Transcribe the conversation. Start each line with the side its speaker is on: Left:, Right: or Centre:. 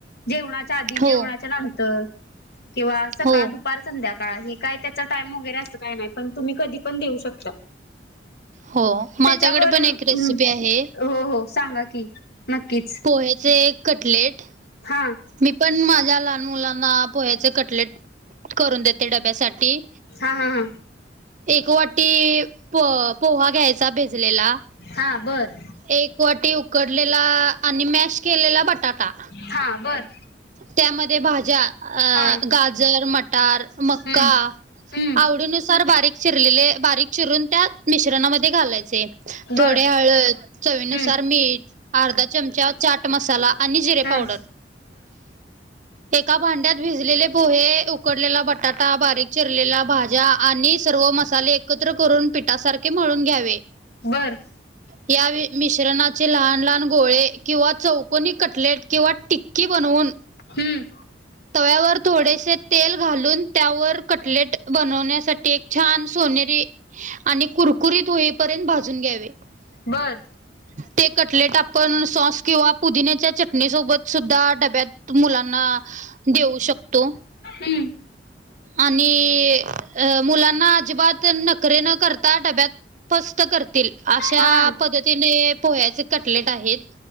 Left: जेवणाच्या आधी
Right: हो
Left: जेवणाच्या नंतर किंवा सकाळ,
Right: हो
Left: दुपार, संध्याकाळ का हे काय त्याचा टाइम वगैरे असं काय नाही पण तुम्ही कधी पण देऊ शकता.
Right: हो. माझ्याकडे
Left: त्याच्यावर
Right: पण एक रेसिपी
Left: हो
Right: आहे
Left: हो सांगा की नक्कीच
Right: पोह्याचे कटलेट
Left: हा
Right: मी पण माझ्या लहान मुलांना पोह्याचे कटलेट करून देते डब्यासाठी
Left: हा हा हा
Right: ते एक वाटी प पोहा घ्यायचा भीजलेला.
Left: हा बर
Right: एक वाटी उकडलेला आणि मॅश केलेला बटाटा
Left: हा बर
Right: त्यामध्ये भाज्या अं
Left: हा
Right: गारज. मटार,
Left: हम्म
Right: मक्का
Left: हम्म
Right: आवडीनुसार बरीक. चिरलेले बारीक चिरून त्या मिश्रणामध्ये घालायचे.
Left: बर
Right: थोडी हळद, चवीनुसार
Left: हम्म
Right: मीठ अर्धा चमचा चाट मसाला आणि जिरे
Left: हम्.
Right: पावडर एका भांड्यात भिजलेले पोहे, उकडलेला बटाटा, बारीक चिरलेल्या भाज्या आणि सर्व मसाले एकत्र करून पिठासारखे मळून घ्यावे.
Left: बरं.
Right: या मिश्रणाचे लहान लहान गोळे किंवा चौक कोणी कटलेट किंवा टिक्की बनवून
Left: हम्म
Right: तव्यावर थोडेसे तेल घालून त्यावर कटलेट बनण्यासाठी एक छानस. सोनेरी आणि कुरकुरीत होईपर्यंत भाजुन घ्यावे
Left: बर
Right: ते कटलेट आपण सॉस किंवा पुदिन्याच्या चटणी सोबत सुद्धा डब्यात मुलांना देऊ शकतो.
Left: हम.
Right: आणि मुलांना अजिबात नकरे न करता डब्यात पस्त करतील अशा
Left: हा
Right: पद्धतीने पोह्याचे कटलेट आहेत.